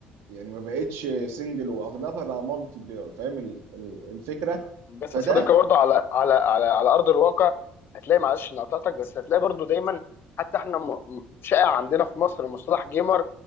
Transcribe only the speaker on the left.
بس
يا صديقي برضه على على على على ارض الواقع هتلاقي معلش اني قطعتك بس هتلاقي برضه دايما حتى احنا م... م- شائع عندنا في مصر مصطلح جيمر